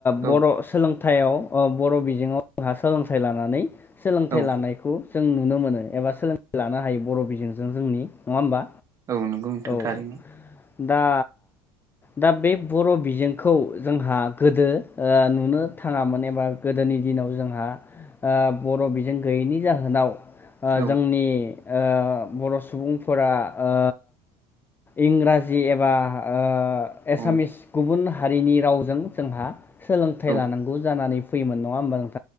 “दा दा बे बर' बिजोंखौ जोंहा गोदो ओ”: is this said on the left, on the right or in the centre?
Left